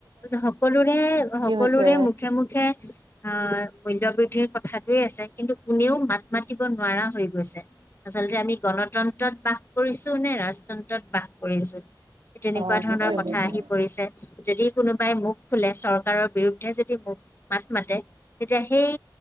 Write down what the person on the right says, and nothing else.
হৈছে।
অ',
সেইটোৱে
সেইটোৱে।